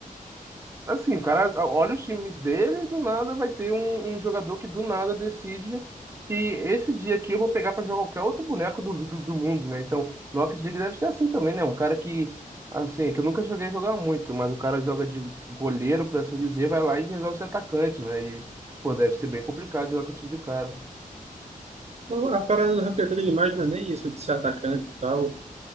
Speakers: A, on the right; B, on the right.
A: Assim, o cara olha os times dele e do nada vai ter um, um jogador que do nada decide que esse dia aqui eu vou pegar para jogar qualquer outro boneco do, do, do mundo, né? Então, Rocket League deve ser assim também, né? Um cara que, assim, é que eu nunca joguei jogar muito, mas o cara joga de goleiro, por assim dizer, vai lá e resolve ser atacante, né? E, pô, deve ser bem complicado jogar com esse tipo de cara.
B: Não, a parada do Rocket League mais não é nem isso de ser atacante e tal.